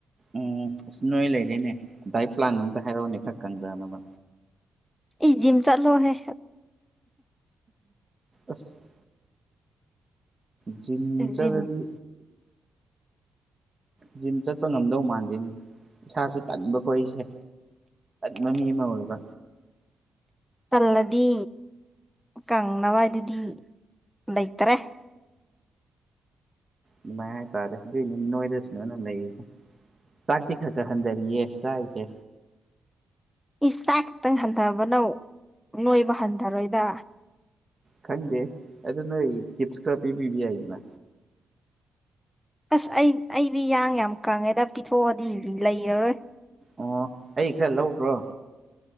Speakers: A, on the right; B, in the centre.
A: ꯎꯝ ꯑꯁ ꯅꯣꯏ ꯂꯩꯔꯦꯅꯦ ꯗꯥꯏꯠ ꯄ꯭ꯂꯥꯟ ꯑꯝꯇ ꯍꯥꯏꯔꯛꯑꯣꯅꯦ ꯈꯔ ꯈꯪꯗꯅꯕ
B: ꯏ ꯖꯤꯝ ꯆꯠꯂꯣꯍꯦ
A: ꯑꯁ ꯖꯤꯝ ꯆꯠꯂꯗꯤ
B: ꯖꯤꯝ
A: ꯖꯤꯝ ꯆꯠꯄ ꯉꯝꯗꯧ ꯃꯥꯟꯗꯦꯅꯦ ꯏꯁꯥꯁ ꯇꯟꯕ ꯀꯣ ꯑꯩꯁꯦ ꯃꯃꯤ ꯑꯃ ꯑꯣꯏꯕ
B: ꯇꯜꯂꯗꯤ ꯀꯪꯅꯕ ꯍꯥꯏꯗꯨꯗꯤ ꯂꯩꯇꯔꯦ
A: ꯑꯗꯨꯃꯥꯏ ꯍꯥꯏ ꯇꯥꯔꯦ‌‌ꯅꯣꯏꯔꯁ‌‌ꯁꯨꯃꯥꯏ ꯑꯗꯨꯝ ꯂꯩꯁꯦ ꯆꯥꯛꯇꯤ ꯈꯔ ꯈꯔ ꯍꯟꯊꯔꯤꯌꯦ ꯆꯥꯔꯤꯁꯦ
B: ꯏꯁ ꯆꯥꯛ ꯈꯛꯇꯪ ꯍꯟꯊꯕꯅ ꯅꯣꯏꯕ ꯍꯟꯊꯔꯣꯏꯗ
A: ꯈꯪꯗꯦ ꯑꯗꯨ ꯅꯣꯏ ꯇꯤꯞꯁ ꯈꯔ ꯄꯤꯕꯤꯕ ꯌꯥꯏꯗꯅ
B: ꯑꯁ ꯑꯩ ꯑꯩꯗꯤ ꯏꯌꯥꯡ ꯌꯥꯝ ꯀꯪꯉꯦꯗ ꯄꯤꯊꯣꯛꯑꯗꯤ ꯂꯩꯔꯔꯣꯏ
A: ꯑꯣ ꯑꯩ ꯈꯔ ꯂꯧꯒꯔꯣ